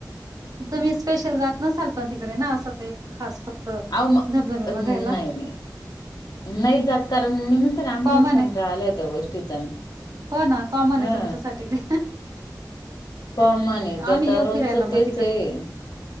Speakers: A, on the right (about 55°); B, on the left (about 65°).
A: तुम्ही स्पेशल जात नसाल पण तिकडे ना? असं का खास. फक्त,
B: अहो म
A: धबधबे बघायला.
B: नाही नाही नाही जात कारण, मी म्हणते ना, आम्हालाच
A: कॉमन
B: कंटाळ
A: आहे
B: आलाय त्या गोष्टीचा ना.
A: हो ना, कॉमन
B: हा
A: आहे तुमच्यासाठी ते.
B: कॉमन आहे, ते
A: आम्ही
B: आता
A: येऊ
B: रोजचं
A: फिरायला मग
B: तेच
A: तिकडे
B: ये.